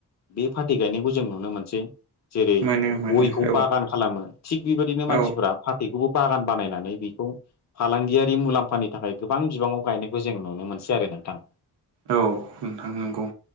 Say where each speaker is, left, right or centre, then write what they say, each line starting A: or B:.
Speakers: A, on the left; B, on the right.
A: बे फाथै गायनायखौ जों नुनो मोनसै। जेरै
B: मोनो मोनो
A: गयखौ
B: औ
A: बागान खालामो थिग बेबायदिनो मानसिफोरा
B: औ
A: फाथै खौ बागान बानायनानै बेखौ फालांगि बियारि मुलाम्फानि थाखाय गोबां बिबाङाव गायनायखौ जों नुनो मोनसै आरो नोंथां।
B: औ नोंथां नंगौ